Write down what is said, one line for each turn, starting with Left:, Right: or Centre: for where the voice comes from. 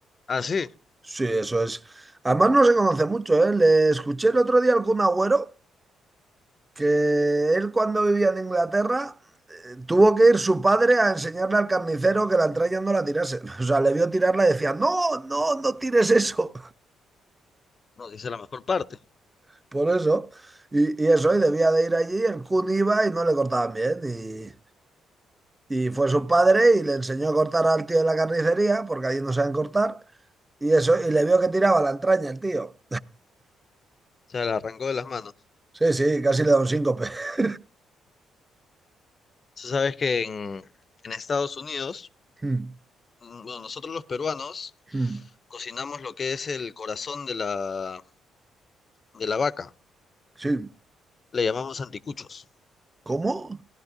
Left: Ah, sí.
Right: Sí, eso es. Además no se conoce mucho, ¿eh? Le escuché el otro día al Kun Agüero que él cuando vivía en Inglaterra eh, tuvo que ir su padre a enseñarle al carnicero que la entraña no la tirase. <laughs> O sea, le vio tirarla y decía, no, no, no tires eso.
Left: No, que esa es la mejor parte. O
Right: <laughs> Por eso. Y, y eso, y debía de ir allí, el Kun iba y no le cortaban bien. Y, y fue su padre y le enseñó a cortar al tío de la carnicería, porque allí no saben cortar. Y eso, y le vio que tiraba la entraña el tío.
Left: sea, la arrancó de las manos.
Right: <laughs> Sí, sí, casi le da un síncope. <laughs>
Left: Tú sabes que en, en Estados Unidos,
Right: Mm,
Left: mm, bueno, nosotros los peruanos
Right: mm,
Left: cocinamos lo que es el corazón de la, de la vaca.
Right: Sí.
Left: Le llamamos anticuchos.
Right: ¿Cómo?